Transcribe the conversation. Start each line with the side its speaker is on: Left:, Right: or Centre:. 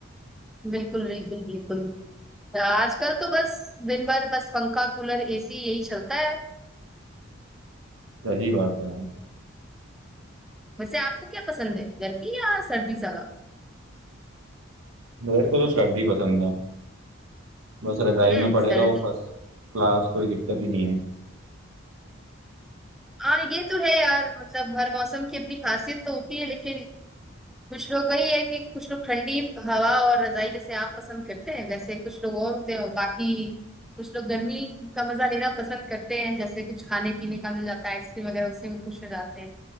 Centre: बिल्कुल बिल्कुल बिल्कुल तो आजकल तो बस दिन भर बस पंखा कूलर एसी यही चलता है
Right: सही बात है यार
Centre: वैसे आपको क्या पसंद है गर्मी या सर्दी ज्यादा
Right: मेरे को तो सर्दी पसंद है बस रजाई
Centre: हम्म
Right: में पड़े
Centre: सर्दी
Right: रहो फर्स्ट क्लास कोई दिक्कत ही नहीं है
Centre: हाँ ये तो है यार मतलब हर मौसम की अपनी खासियत तो होती है लेकिन कुछ लोग वही है कि कुछ लोग ठंडी हवा और रजाई जैसे आप पसंद करते हैं वैसे कुछ लोग और होते हैं और बाकी कुछ लोग गर्मी का मजा लेना पसंद करते हैं जैसे कुछ खाने पीने का मिल जाता है आइसक्रीम वगैरह उसी में खुश हो जाते हैं